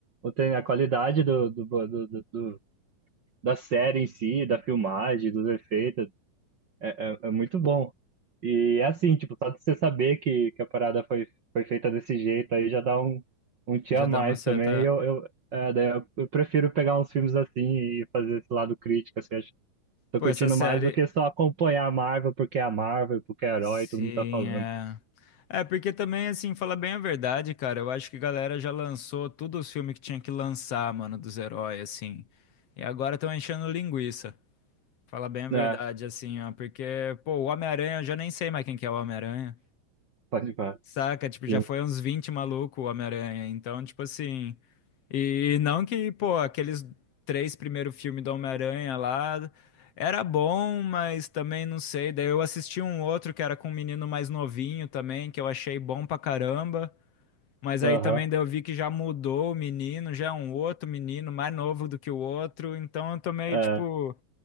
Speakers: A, on the right; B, on the left.
A: tem a qualidade do, do, do, do- do- da série em si, da filmagem, dos efeitos, é, é, é muito bom. E é assim, tipo, só de você saber que, que a parada foi, foi feita desse jeito aí já dá um, um tchan
B: De
A: a
B: dar
A: mais
B: uma certa.
A: também. E eu, eu, é, daí eu, eu prefiro pegar uns filmes assim e fazer esse lado crítico, assim, acho, tô
B: Pô,
A: curtindo
B: essa série.
A: mais do que só acompanhar a Marvel porque é a Marvel, porque é herói,
B: Sim,
A: todo mundo tá falando.
B: é. É, porque também, assim, falar bem a verdade, cara, eu acho que a galera já lançou todos os filmes que tinha que lançar, mano, dos heróis, assim. E agora estão enchendo linguiça. Falar bem a verdade,
A: É,
B: assim, ó. Porque, pô, o Homem-Aranha, eu já nem sei mais quem que é o Homem-Aranha.
A: pode falar.
B: Saca? Tipo,
A: Sim.
B: já foi uns 20 maluco o Homem-Aranha. Então, tipo assim. E não que, pô, aqueles três primeiros filmes do Homem-Aranha lá era bom, mas também não sei. Daí eu assisti um outro que era com um menino mais novinho também, que eu achei bom pra caramba. Mas
A: Aham.
B: aí também daí eu vi que já mudou o menino, já é um outro menino, mais novo do que o outro. Então eu tô meio,
A: É.
B: tipo,